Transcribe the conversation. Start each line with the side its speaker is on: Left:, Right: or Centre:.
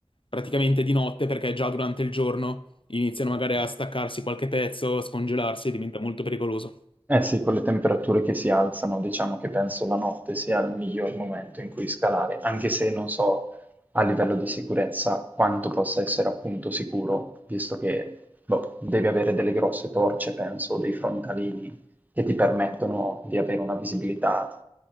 Left: praticamente di notte perché già durante il giorno iniziano magari a staccarsi qualche pezzo, a scongelarsi e diventa molto pericoloso.
Right: Eh sì, con le temperature che si alzano, diciamo che penso la notte sia il miglior momento in cui scalare, anche se non so a livello di sicurezza quanto possa essere appunto sicuro, visto che boh, devi avere delle grosse torce, penso, o dei frontalini che ti permettono di avere una visibilità